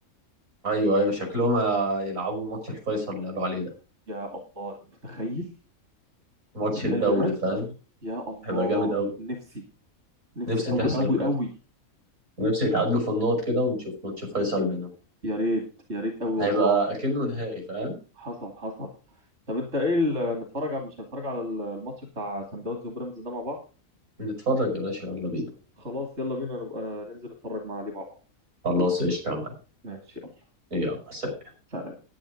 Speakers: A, on the right; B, on the right.
A: ايوه ايوه شكلهم يلعبوا ماتش الفيصل اللي قالوا عليه ده
B: يا الله أنت متخيل
A: ماتش
B: متخيل
A: الدوري
B: بجد
A: فاهم
B: يا الله
A: هيبقى جامد قوي
B: نفسي نفسي
A: نفسي
B: قوي
A: تحصل
B: قوي
A: بجد
B: قوي
A: نفسي يتعادلوا في النقط كده ونشوف ماتش فيصل بينهم
B: يا ريت يا ريت قوي
A: هيبقى
B: والله العظيم
A: اكنه نهائي فاهم
B: حصل حصل طب انت ايه ال- نتفرج على مش هنتفرج على ال- الماتش بتاع سان داونز وبيراميدز ده مع بعض
A: نتفرج يا باشا يلا بينا
B: خلاص يلا بينا نبقى ننزل نتفرج مع عليه مع بعض
A: خلاص قشطة يا معلم
B: ماشي يلا
A: يلا سلام
B: سلام